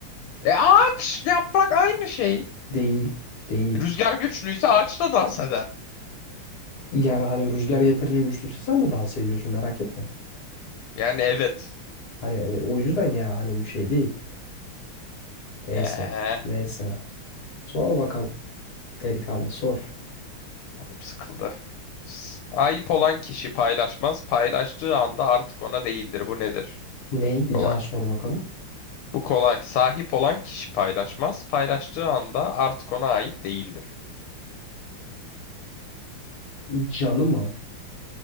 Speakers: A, on the left; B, on the left.
A: E ağaç, yaprak aynı şey.
B: Değil. Değil.
A: Rüzgar güçlüyse ağaç da dans eder.
B: Yani hani rüzgar yeterince güçlüyse sen de dans ediyorsun merak etme.
A: Yani evet.
B: Hani e, o yüzden ya hani bu şey değil. Neyse.
A: Yeah.
B: Neyse. Sor bakalım. Delikanlı sor.
A: Canım sıkıldı. Ayıp olan kişi paylaşmaz. Paylaştığı anda artık ona değildir. Bu nedir?
B: Ney?
A: Bu kolay.
B: Bir daha sor bakalım.
A: Bu kolay. Sahip olan kişi paylaşmaz. Paylaştığı anda artık ona ait değildir.
B: Canı mı?